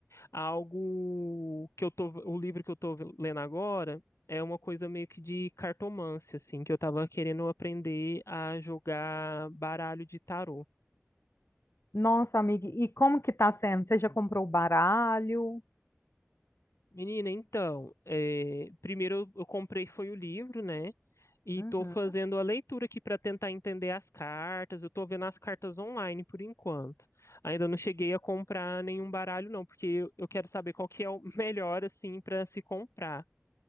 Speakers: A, on the left; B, on the left.
A: algo que eu tô, o livro que eu tô lendo agora é uma coisa meio que de cartomância, assim, que eu tava querendo aprender a jogar baralho de tarô.
B: Nossa, amiga, e como que tá sendo? Você já comprou o baralho?
A: Menina, então, é, primeiro eu, eu comprei foi o livro, né? E
B: Uhum.
A: tô fazendo a leitura aqui para tentar entender as cartas. Eu tô vendo as cartas online por enquanto. Ainda não cheguei a comprar nenhum baralho, não, porque eu, eu quero saber qual que é o <laughs> melhor, assim, para se comprar.